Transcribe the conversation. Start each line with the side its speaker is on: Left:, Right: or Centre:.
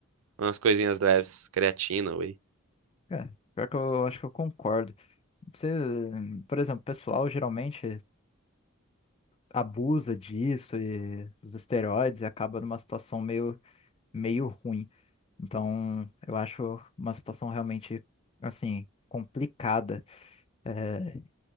Right: umas coisinhas leves, creatina, whey.
Left: É, pior que eu acho que eu concordo. Você, por exemplo, o pessoal geralmente abusa disso e os esteroides e acaba numa situação meio, meio ruim. Então, eu acho uma situação realmente, assim, complicada. É,